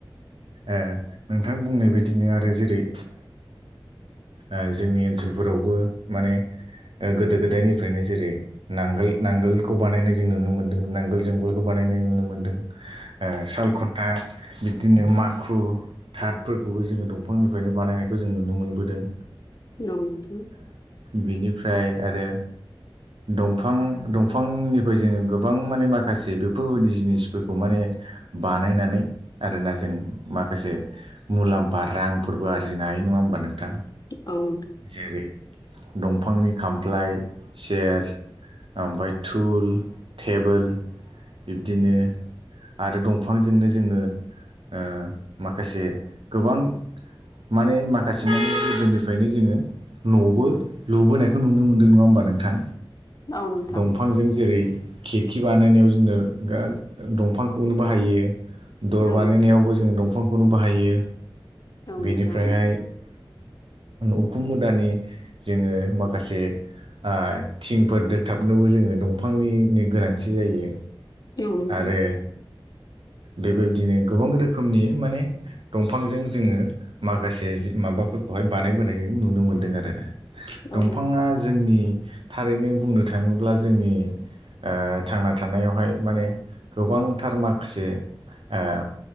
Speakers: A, on the right; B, on the left.
A: ओ नोंथां बुंनाय बायदिनो आरो जेरै ओ जोंनि ओनसोलफोरावबो माने ओ गोदो गोदायनिफ्रायनो जेरै नांगोल नांगोलखौ बानायनाय जों नुनो मोनदों नांगोल जुंगोलखौ बानायनाय नुनो मोन्दों। ओ सालखुन्था बिदिनो माखु थादफोरखौबो जोङो दंफांनिफ्रायनो बानायनायखौ जों नुनो मोनबोदों।
B: <unintelligible>
A: बेनिफ्राय आरो दंफां दंफांनिफ्राय जोङो गोबां माने माखासे बेफोरबायदि जिनिसफोरखौ माने बानायनानै आरोना जों माखासे मुलाम्फा रांफोरबो आरजिनो हायो नङा होमबा नोंथां?
B: औ नोंथां औ नोंथां औ नोंथां औ नोंथां औ नोंथां
A: जेरै दंफांनि खामफ्लाय सेयार ओमफ्राय टुल टेबोल बिबदिनो आरो दंफांजोंनो जोङो ओ माखासे गोबां माने माखासे माने गोदोनिफ्रायनो जोङो नबो लुबोनायखौ नुनो मोनदों नङा होमबा नोंथां?
B: औ नोंथां
A: दंफांजों जेरै खिरखि बानायनायाव जोङो गा दंफांखौनो बाहायो दर बानायनायावबो
B: औ नोंथां
A: जोङो दंफांखौनो बाहायो
B: औ नोंथां
A: बेनिफ्रायहाय उखुम मुदानि जोङो माखासे ओ थिंफोर दोदथाबनोबो जोङो दंफांनिनो गोनांथि जायो
B: औ नोंथां
A: आरो
B: <inaudible>
A: बेबायदिनो गोबां रोखोमनि माने दंफांजों जोङो माखासे जि माबाफोरखौहाय बानायबोनाय जों नुनो मोनदों आरोनो। दंफाङा
B: औ
A: जोंनि थारैनो बुंनो थाङोब्ला जोंनि ओ थांना थानायावहाय माने गोबांथार माखासे ओ